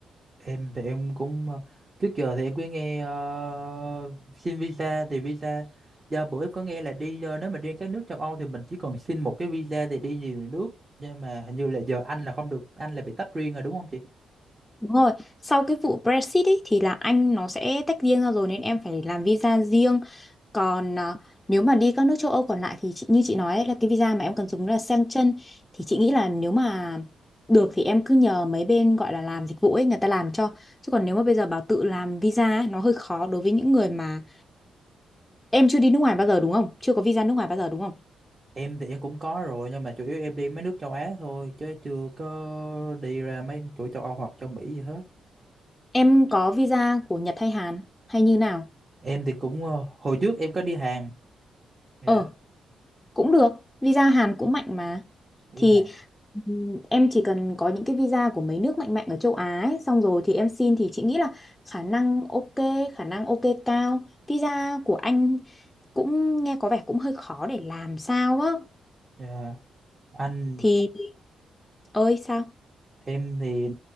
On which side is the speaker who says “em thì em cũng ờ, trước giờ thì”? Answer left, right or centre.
Right